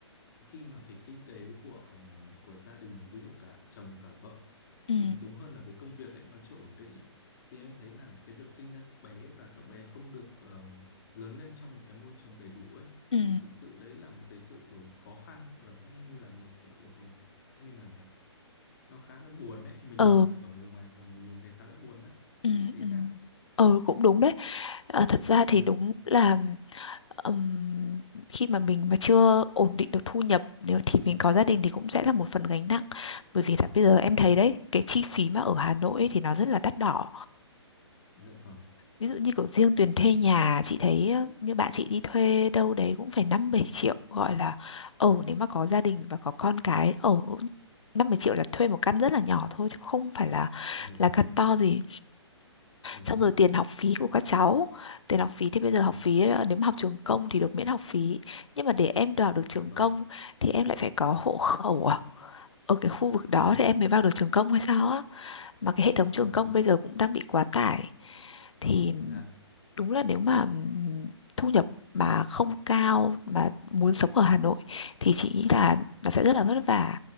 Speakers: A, on the left (about 45°); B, on the left (about 80°).
A: khi mà cái kinh tế của ừm, của gia đình ví dụ cả chồng cả vợ
B: ừ
A: ừm, đúng hơn là với công việc ấy nó chưa ổn định ấy, thì em thấy là cái việc sinh ra các bé và các bé không được ờm, lớn lên trong một cái môi trường đầy đủ ấy
B: ừ
A: thì thực sự đấy là một cái sự khó khăn và cũng như là một sự ừ, như nào nhỉ nó khá là buồn đấy mình
B: ờ
A: nhìn ở người ngoài và mình nhìn thấy khá là buồn á thì
B: ừ
A: chị thấy
B: ừ
A: sao
B: ờ cũng đúng đấy Ờ, thật ra
A: dạ
B: thì đúng là ừm, khi mà mình mà chưa ổn định được thu nhập nếu thì mình có gia đình thì cũng sẽ là một phần gánh nặng bởi vì là bây giờ em
A: dạ
B: thấy đấy cái chi phí mà ở Hà Nội ấy thì nó rất là đắt đỏ
A: dạ vâng
B: Ví dụ như kiểu riêng tiền thuê nhà chị thấy ờ, như bạn chị đi thuê đâu đấy cũng phải năm bảy triệu gọi là ở nếu mà có gia đình và có con cái ở năm bảy triệu là thuê một căn rất là nhỏ thôi chứ không phải là
A: dạ vâng
B: là căn to gì.
A: đúng
B: Xong
A: rồi
B: rồi tiền học phí của các cháu. Tiền học phí thì bây giờ
A: dạ
B: học phí ờ, nếu mà học trường công thì được miễn học phí. Nhưng mà để em vào được
A: dạ
B: trường
A: vâng
B: công thì em lại phải có hộ khẩu à? Ở cái khu vực đó
A: đúng rồi
B: thì em mới vào được trường công hay sao á? Mà cái hệ thống trường
A: dạ
B: công
A: vâng
B: bây giờ cũng đang bị quá tải thì
A: dạ
B: đúng là nếu mà ừm, thu nhập mà không cao mà muốn sống ở Hà Nội thì chị nghĩ là nó sẽ rất là vất vả